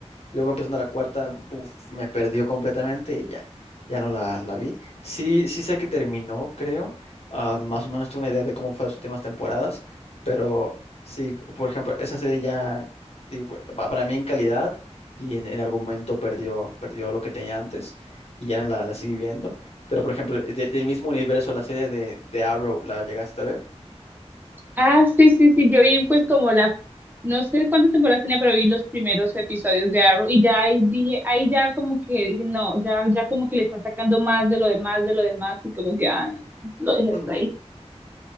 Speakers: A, on the left; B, on the right.
A: Luego empezando la cuarta, buf, me perdió completamente y ya, ya no la, la vi. Sí, sí sé que terminó, creo. Ah, más o menos tuve una idea de cómo fue las últimas temporadas, pero sí, por ejemplo, esa serie ya, sí, fue- pa- para mí en calidad y en, en argumento perdió, perdió lo que tenía antes y ya no la, la seguí viendo. Pero, por ejemplo, del, del mismo universo, la serie de, de Arrow, ¿la llegaste a ver?
B: Ah, sí, sí, sí, yo vi pues como la, no sé cuántas temporadas tenía, pero vi los primeros episodios de Arrow y ya ahí dije, ahí ya como que dije, no, ya, ya como que le están sacando más de lo demás, de lo demás y como que, ay, no, lo
A: <clears throat>
B: dejé hasta
A: Mm,
B: ahí.